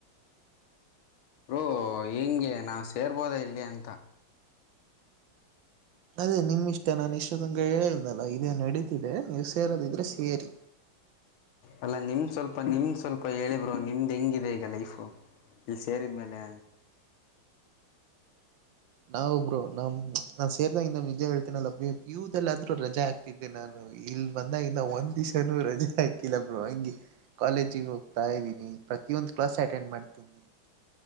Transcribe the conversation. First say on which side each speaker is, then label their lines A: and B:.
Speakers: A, on the left (about 80°); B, on the right (about 75°).
A: ಬ್ರೋ ಹಿಂಗೆ ನಾವು ಸೇರ್ಬೋದ ಇಲ್ಲಿ ಅಂತ.
B: ಅದೇ ನಿಮ್ ಇಷ್ಟ ನನ ಇಷ್ಟ. ಚದಗೆ <unintelligible> ಇಲ್ಲ ಇದೇ ನಡೀತಿದೆ ನೀವು ಸೇರೋದಿದ್ರೆ ಸೇರಿ.
A: ಅಲ್ಲಾ ನಿಮ್ ಸ್ವಲ್ಪ ನಿಮ್ ಸ್ವಲ್ಪ ಹೇಳಿ ಬ್ರೋ ನಿಮ್ದ್ ಹೆಂಗ. ಹೇಗಿದೆ ಈಗ ಲೈಫು ಇಲ್ಲಿ ಸೇರಿದ ಮೇಲೆ.
B: ನಾವು ಬ್ರೋ ನಮ ನಾನ್ ಸೇರ್ದಾಗ ಇನ್ನ ನಿಜ ಹೇಳ್ತೇನಲ್ಲ ಪಿಯು ದಲ್ಲಿರದ್ರು ರಜೆ ಹಾಕತ್ತಿದ್ದೆ ನಾನು ಇಲ್ ಬಂದಾಗ ಇನ್ನ ಒಂದ್ ದಿವ್ಸನೂ ರಜೆ ಹಾಕಿಲ್ಲ ಬ್ರೋ ಹಂಗೆ ಕಾಲೇಜಿಗೆ ಹೋಗ್ತಾ ಇದ್ದೀನಿ ಪ್ರತಿಯೊಂದ್ ಕ್ಲಾಸ್ ಅಟೆಂಡ್ ಮಾಡ್ತೀನಿ.